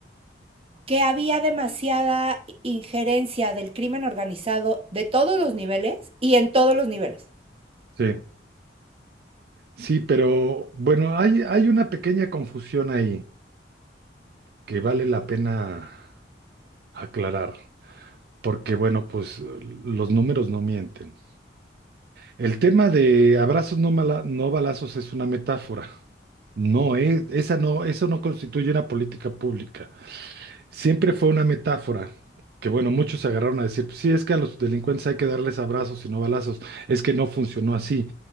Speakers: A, on the right; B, on the right.
A: que había demasiada injerencia del crimen organizado de todos los niveles y en todos los niveles.
B: sí, sí, pero bueno, hay, hay una pequeña confusión ahí que vale la pena aclarar. porque bueno, pues los números no mienten. El tema de abrazos no, mala- no balazos es una metáfora. No, es, esa no, eso no constituye una política pública. Siempre fue una metáfora. Que bueno, muchos se agarraron a decir, pues, sí, es que a los delincuentes hay que darles abrazos y no balazos. Es que no funcionó así.